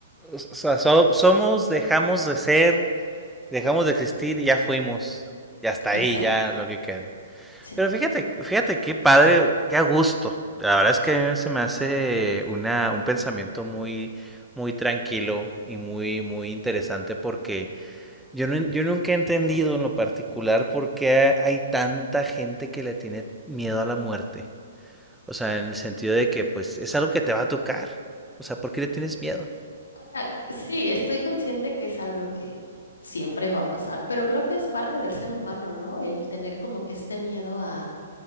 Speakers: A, in the centre; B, on the left.
A: o sea, so- somos, dejamos de ser, dejamos de existir y ya fuimos. Y hasta
B: <laughs> Exacto,
A: ahí, ya lo que quede.
B: sí.
A: Pero fíjate, fíjate qué padre, qué a gusto. La verdad es que a mí se me hace una, un pensamiento muy, muy tranquilo y muy, muy interesante porque yo, no- yo nunca he entendido en lo particular por qué hay tanta gente que le tiene miedo a la muerte. O sea, en el sentido de que pues es algo que te va a tocar. O sea, ¿por qué le tienes miedo?
B: O sea, sí, estoy consciente que es algo que siempre va a pasar, pero creo que es parte del ser humano, ¿no? El tener como que este miedo a,